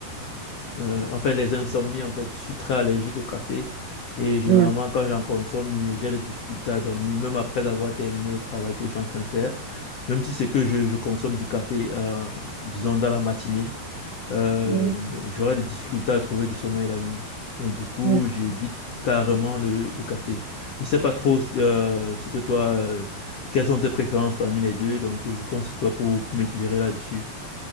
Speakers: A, on the left; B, on the right.
A: euh, en fait, les insomnies, en fait, je suis très allergique au café et généralement,
B: Mm,
A: quand j'en consomme, j'ai j'ai des difficultés à dormir, même après avoir terminé le travail que je suis en train de faire. Même si c'est que je, je consomme du café, euh, disons, dans la matinée, euh,
B: mm,
A: j'aurai des difficultés à trouver du sommeil la nuit. Donc, du coup,
B: mm.
A: j'évite carrément le, le café. Je sais pas trop euh, ce que toi, euh, quelles sont tes préférences parmi les deux, donc euh, je compte sur toi pour pour m'éclairer là-dessus.